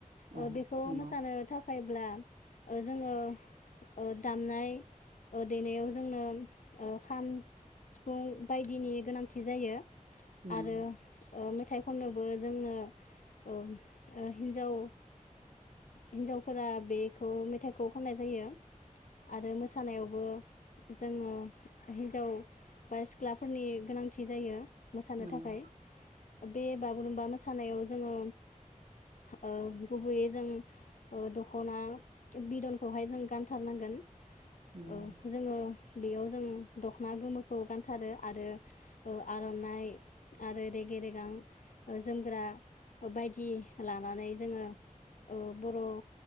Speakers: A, on the left; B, on the right.
A: ओ
B: औ
A: बेखौ
B: नंगौ
A: मोसानो थाखाय ब्ला ओ जोङो ओ दामनाय ओ देनायाव जोंनो ओ खाम सिफुं बायदिनि गोनांथि जायो। आरो
B: नंगौ
A: ओ मेथाइ खननोबो जोंनो औ ओ हिन्जाव हिन्जावफोरा बेखौ मेथाइखौ खननाय जायो। आरो मोसानायावबो जोङो हिन्जाव बा सिख्लाफोरनि गोनांथि जायो। मोसानो
B: नंगौ
A: थाखाय बे बागुरुम्बा मोसानायाव जोङो ओ गुबैयै जों ओ दखना बिदनखौहाय जों गानथार नांगोन।
B: नंगौ
A: ओ जोङो बेयाव जों दखना गोमोखौ गानथारो आरो आरनाइ आरो रेगे रेगां ओ जोमग्रा बायदि लानानै जोङो ओ बर'